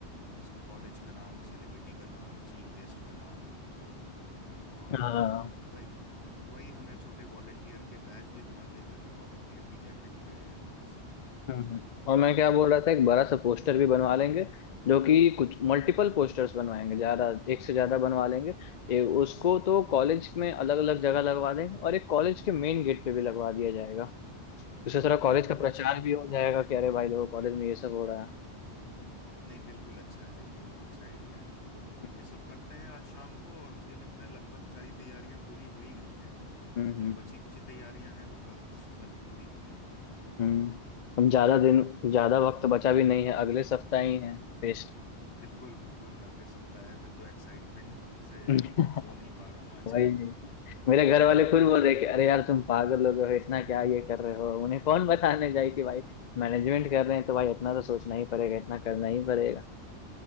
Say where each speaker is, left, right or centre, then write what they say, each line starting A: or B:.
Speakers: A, on the left (about 75°); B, on the left (about 50°).
A: जिसमें कॉलेज का नाम सेलिब्रिटी का नाम चीफ गेस्ट का नाम और
B: हाँ, हाँ,
A: वही वही हमें छोटे वॉलंटियर के बैज भी बना देगा जो वॉलंटियर की जैकेट पे लगा सकते हैं हम लोग
B: हम्म हम्म। और मैं क्या बोल रहा था एक बड़ा सा पोस्टर भी बनवा लेंगे जो कि कुछ मल्टीपल पोस्टर्स बनवाएंगे ज्यादा एक से ज्यादा बनवा लेंगे ए, उसको तो कॉलेज में अलग अलग जगह लगवा देंगे और एक कॉलेज के मेन गेट पे भी लगवा दिया जाएगा उससे थोड़ा
A: बिल्कुल
B: कॉलेज का प्रचार
A: अच्छा है
B: भी हो जाएगा कि अरे भाई देखो कॉलेज में ये सब हो रहा है
A: नहीं बिल्कुल अच्छा है ये बहुत अच्छा आइडिया है तो
B: हम्म
A: ये सब करते हैं आज शाम को और मुझे लगता है लगभग सारी तैयारियां पूरी हो ही गई हैं
B: हम्म
A: जो
B: हम्म।
A: बची कुछ ही तैयारियां हैं वो कल तक पूरी हो जाएंगी
B: हम्म हम ज्यादा दिन ज्यादा
A: तो
B: वक्त बचा भी नहीं है अगले सप्ताह ही है फेस्ट
A: बिल्कुल बिल्कुल अगले सप्ताह है मैं तो एक्साइटमेंट से
B: <laughs>
A: मतलब सो नहीं पा रहा हूँ आजकल
B: वही मेरे घर
A: <laughs>
B: वाले
A: और
B: खुद बोल रहे कि अरे यार तुम पागल हो गए हो इतना क्या ये कर रहे हो उन्हें कौन बताने जाए कि भाई मैनेजमेंट कर रहे हैं तो भाई इतना तो सोचना ही पड़ेगा इतना करना ही पड़ेगा